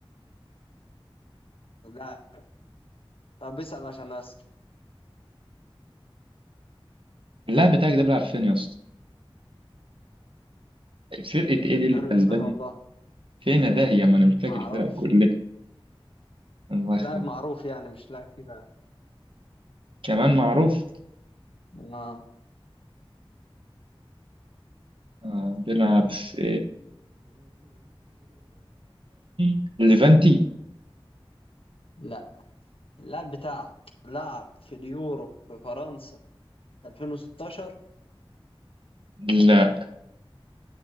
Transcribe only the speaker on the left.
لا طب بيسأل عشان اسال
في
الدوري
الاسباني
والله
ما
اعرفش
لاعب معروف يعني مش لاعب كده
اه
لا اللاعب بتاعك لعب في اليورو في فرنسا 2016